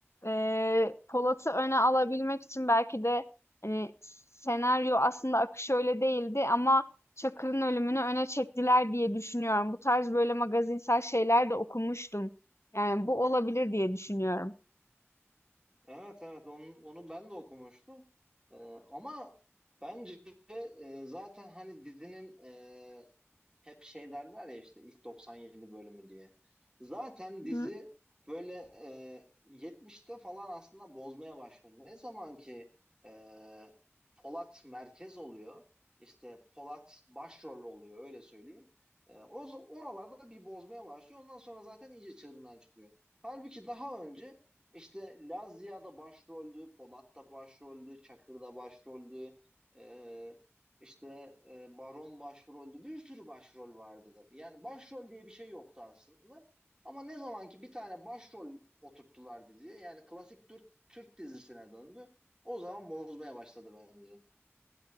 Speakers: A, on the left; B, on the right.
A: Eee, Polat'ı öne alabilmek için belki de, hani, senaryo aslında akışı öyle değildi ama Çakır'ın ölümünü öne çektiler diye düşünüyorum. Bu tarz böyle magazinsel şeyler de okumuştum. Yani, bu olabilir diye düşünüyorum.
B: Evet evet onu, onu ben de okumuştum. Ee, ama bence e, zaten hani dizinin e, hep şey derler ya işte ilk 97 bölümü diye. Zaten dizi
A: Hı
B: böyle e, 70'te falan aslında bozmaya başlıyor. Ne zaman ki e, Polat merkez oluyor, işte Polat başrol oluyor öyle söyleyeyim. E, o oralarda bir bozmaya başlıyor. Ondan sonra zaten iyice çığırından çıkıyor. Halbuki daha önce işte Laz Ziya da başroldü, Polat da başroldü, Çakır da başroldü. E, işte e, Baron başroldü. Bir sürü başrol vardı. Yani başrol diye bir şey yoktu aslında. Ama ne zaman ki bir tane başrol oturttular diye yani klasik Türk, Türk dizisine döndü. O zaman bozmaya başladı bence.